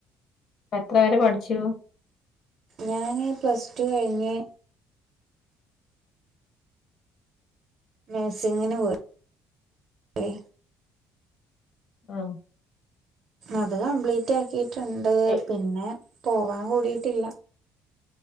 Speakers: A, on the left; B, on the right.
A: എത്ര വരെ പഠിച്ചു
B: ഞാന് പ്ലസ് ടു കഴിഞ്ഞ് നഴ്സിങ്ങിന് പോയി ഏ
A: ആഹ്
B: അത് കംപ്ലീറ്റ് ആക്കിട്ടുണ്ട്
A: എ
B: പിന്നെ പോവാൻ കൂടിയിട്ടില്ല